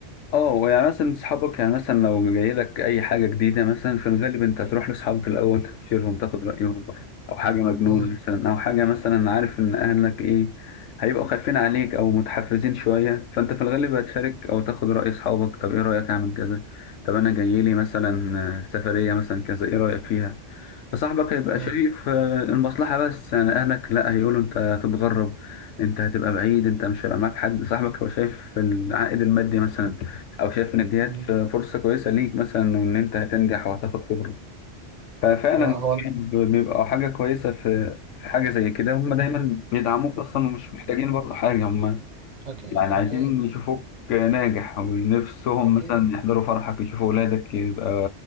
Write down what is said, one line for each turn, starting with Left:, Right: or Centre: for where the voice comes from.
Left: اه يعني مثلا صحابك يعني مثلا لو جاي لك اي حاجه جديده مثلا في الغالب انت هتروح لاصحابك الاول تستشيرهم تاخد رايهم او حاجه مجنون
Right: مم،
Left: مثلا او حاجه مثلا عارف ان اهلك ايه هيبقوا خايفين عليك او متحفزين شويه فانت في الغالب هتشارك او تاخد راي اصحابك طب ايه رايك اعمل كذا طب انا جاي لي مثلا سفريه مثلا كذا ايه رايك فيها فصاحبك هيبقى
Right: مم،
Left: شايف آه، المصلحة بس يعني أهلك لأ هيقولوا أنت هتتغرب أنت هتبقى بعيد أنت مش هيبقى معاك حد صاحبك هو شايف العائد المادي مثلا أو شايف إن ديت
Right: مم.
Left: فرصة كويسة ليك مثلا وإن أنت هتنجح وهتاخد خبرة ففعلا
Right: لا، هو
Left: الصحاب بيبقى حاجة كويسة في في حاجة زي كده هم دايما بيدعموك أصلا ومش محتاجين برضه حاجة هم
Right: أكيد
Left: يعني عايزين
Right: أكيد
Left: يشوفوك ناجح ونفسهم
Right: أكيد
Left: مثلا يحضروا فرحك يشوفوا ولادك يبقى